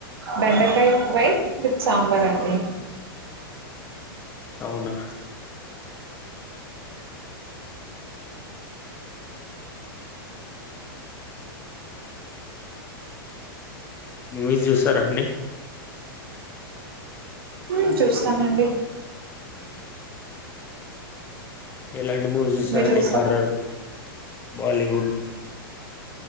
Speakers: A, on the right; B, on the left.
A: బెండకాయ ఫ్రై విత్ సాంబార్ అండి.
B: అవునా. మూవీస్ చూస్తరా అండి.
A: ఉమ్ చూస్తానండి.
B: ఎలాంటి మూవీస్ చుస్తారండి
A: మీరు చూస్తారా
B: హర్రర్ బాలీవుడ్.